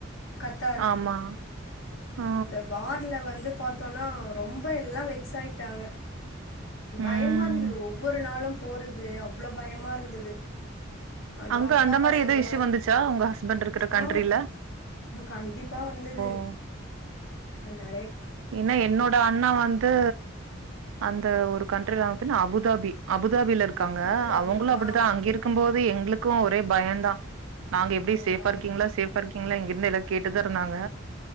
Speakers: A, on the left; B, on the right.
A: கத்தார்
B: ஆமா. ஓ!
A: இந்த வார்ல வ வந்து பாத்தோனா ரொம்ப எல்லா வெக்ஸ் ஆயிட்டாங்க. பயமா
B: ம்.
A: இருந்துது ஒவ்வொரு நாளும் போறது அவ்ளோ பயமா இருந்துது அதுவு
B: அங்க
A: அக்கா
B: அந்த
A: பாசங்களு
B: மாரி எதும் இஷ்யூ வந்துச்சா? உங்க ஹஸ்பண்ட் இருக்கிற கண்ட்ரில?
A: ஆ கண்டிப்பா வந்துது
B: ஓ
A: ஹலோ
B: ஏன்னா என்னோட அண்ணா வந்து அந்த ஒரு கண்ட்ரில அவ பின்ன அபுதாபி அபுதாபில இருக்காங்க
A: அபுதாபி
B: அவங்களு அப்டிதா
A: ஆ
B: அங்க இருக்கும்போது எங்ளுக்கு ஒரே பயம்தா நாங்க எப்டி
A: ஆமா
B: சேஃபா இருக்கீங்ளா சேஃபா இருக்கீங்ளா இங்க இருந்து எல்லா கேட்டுதா சொன்னாங்க